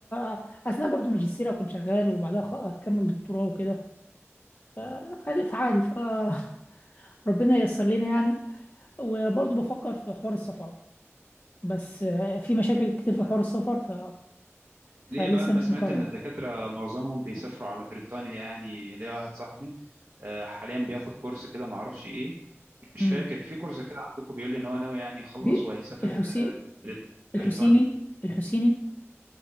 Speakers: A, on the left; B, on the right.
A: آه، أثناء برضو ماجستير أكون شغال وبعدها خ- أكمل دكتوراه وكده آه، عادي فعادي فربنا <laughs> ييسر لنا يعني وبرضو بفكر في حوار السفر بس آه، في مشاكل كتير في حوار السفر ف... فلسه
B: ليه بقى انا
A: مش
B: سمعت
A: مقرر
B: ان الدكاترة معظمهم بيسافروا على بريطانيا يعني ليا واحد صاحبي آه، حاليا بياخد كورس كده معرفش ايه مش
A: امم
B: فاكر في كورس كده عندكم بيقول لي ان هو ناوي يعني يخلص
A: بي
B: وهيسافر
A: الحسي...
B: بريط-
A: الحسيني
B: بريطانيا
A: الحسيني